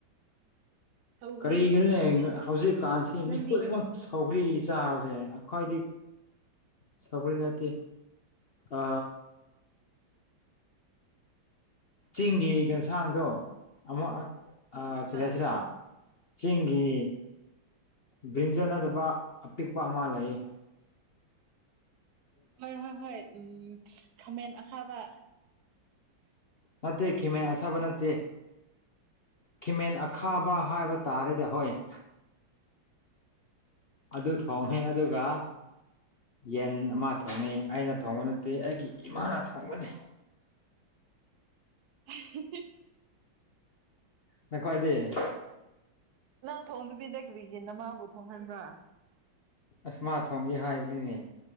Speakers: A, on the right; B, on the left.
A: ꯁꯧꯒ꯭ꯔꯤ
B: ꯀꯔꯤꯒꯤꯅꯣꯅꯦ ꯍꯧꯖꯤꯛꯀꯥꯟꯁꯤ
A: ꯅꯪꯗꯤ
B: ꯃꯤ ꯈꯨꯗꯤꯡꯃꯛ ꯁꯧꯒ꯭ꯔꯤ ꯆꯥꯕꯁꯦ ꯑꯩꯈꯣꯏꯗꯤ ꯁꯧꯒꯔꯤ ꯅꯠꯇꯦ ꯑ ꯆꯤꯡꯒꯤ ꯌꯦꯟꯁꯥꯡꯗꯣ ꯑꯃꯨꯛ ꯑ ꯀꯔꯤꯍꯥꯏꯖꯤꯔ꯫
A: ꯑꯥ
B: ꯆꯤꯡꯒꯤ ꯕ꯭ꯔꯤꯟꯖꯥꯟ ꯅꯠꯇꯕ ꯑꯄꯤꯛꯄ ꯑꯃ ꯂꯩꯌꯦ꯫
A: ꯍꯣꯏ ꯍꯣꯏ ꯍꯣꯏ ꯎꯝ ꯈꯥꯃꯦꯟ ꯑꯈꯥꯕ꯫
B: ꯅꯠꯇꯦ ꯈꯤꯃꯦꯟ ꯑꯁꯥꯕ ꯅꯠꯇꯦ꯫ ꯈꯤꯃꯦꯟ ꯑꯈꯥꯕ ꯍꯥꯏꯕ ꯇꯥꯔꯦꯗ ꯑꯀꯈꫭꯏ꯫ ꯑꯗꯨ ꯊꯣꯡꯉꯦ ꯑꯗꯨꯒ
A: ꯑꯥ
B: ꯌꯦꯟ ꯑꯃ ꯊꯣꯡꯉꯤ ꯑꯩꯅ ꯊꯣꯡꯕ ꯅꯠꯇꯦ ꯑꯩꯒꯤ ꯏꯃꯥꯅ ꯊꯣꯡꯕꯅꯤ꯫
A: <unintelligible>
B: ꯅꯈꯣꯏꯗꯤ꯫
A: ꯅꯪ ꯊꯣꯡꯗꯕꯤꯗ ꯀꯔꯤꯒꯤ ꯅꯃꯥꯕꯨ ꯊꯣꯡꯍꯟꯕ꯭ꯔꯥ꯫
B: ꯑꯁ ꯃꯥ ꯊꯣꯡꯒꯦ ꯍꯥꯏꯕꯅꯤꯅꯦ